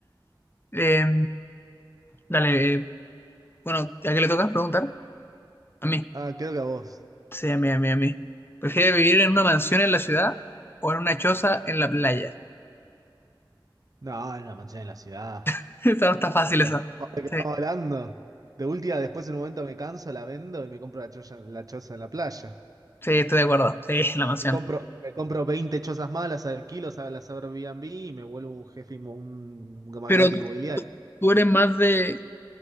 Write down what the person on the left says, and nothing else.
Eh, dale, eh, bueno, ¿a qué le toca preguntar? A mí.
Sí, a mí, a mí, a mí. ¿Prefieres vivir en una mansión en la ciudad o en una choza en la playa?
<laughs> Esa no está fácil esa.
Sí,
sí, estoy de acuerdo. Sí, la mansión.
Pero tú
tú eres más de,